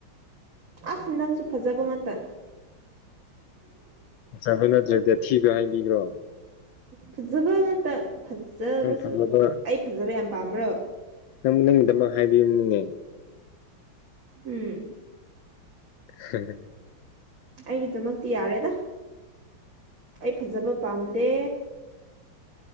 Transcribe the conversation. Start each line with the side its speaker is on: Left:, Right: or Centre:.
Right: ꯑꯥ ꯅꯪꯁꯨ ꯐꯖꯕ ꯉꯥꯇꯥ
Left: ꯐꯖꯕ ꯅꯠꯇ꯭ꯔꯗꯤ ꯑꯊꯤꯕ ꯍꯥꯏꯕꯤꯒ꯭ꯔꯣ
Right: ꯐꯖꯕ ꯉꯥꯛꯇ ꯐꯖꯕꯁꯨ
Left: ꯅꯪ ꯐꯖꯕ
Right: ꯑꯩ ꯐꯖꯕ ꯌꯥꯝ ꯄꯥꯝꯕ꯭ꯔꯣ
Left: ꯅꯪꯕꯨ ꯅꯪꯒꯤꯗꯥꯃꯛ ꯍꯥꯏꯕꯤꯕꯅꯤꯅꯦ
Right: ꯍꯝ
Left: <unintelligible>
Right: ꯑꯩꯒꯤꯗꯥꯃꯛꯇꯤ ꯌꯥꯔꯦꯗ ꯑꯩ ꯐꯖꯕ ꯄꯥꯝꯗꯦ